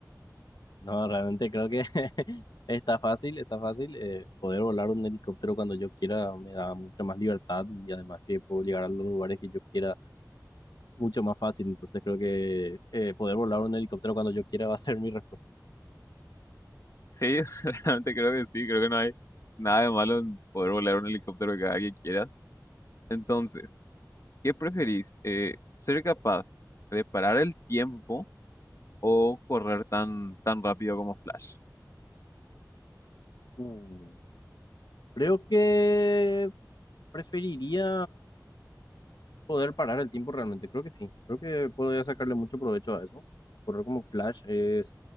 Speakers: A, on the left; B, on the left.
A: no, realmente creo que <laughs> está fácil, está fácil. eh, poder volar un helicóptero cuando yo quiera me da mucha más libertad y además que puedo llegar a los lugares que yo quiera s- mucho más fácil, entonces creo que eh, poder volar un helicóptero cuando yo quiera va a ser mi respuesta.
B: Sí, <laughs> realmente creo que sí, creo que no hay nada de malo en poder volar un helicóptero cada que quieras. Entonces, ¿qué preferís? Eh, ¿ser capaz de parar el tiempo o correr tan, tan rápido como Flash?
A: Uh, creo que preferiría poder parar el tiempo realmente, creo que sí, creo que podría sacarle mucho provecho a eso. Correr como Flash es